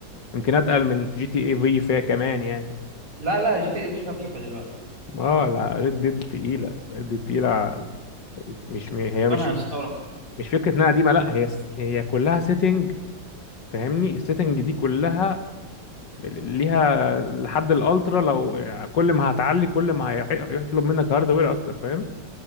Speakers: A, on the left; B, on the right.
A: يمكن اتقل من جي تي اي في فيها كمان يعني
B: لا لا جي تي اي في خفيفه دلوقتي
A: اه لا ريد ديد تقيلة ريد ديد تقيلة مش م- هي
B: ربنا
A: مش
B: يسترها
A: مش فكرة انها قديمة لا هي س- هي كلها سيتنج فاهمني السيتنج دي كلها ليها لحد الالترا لو كل ما هتعلي كل ما هي- هيطلب منك هاردوير اكتر فاهم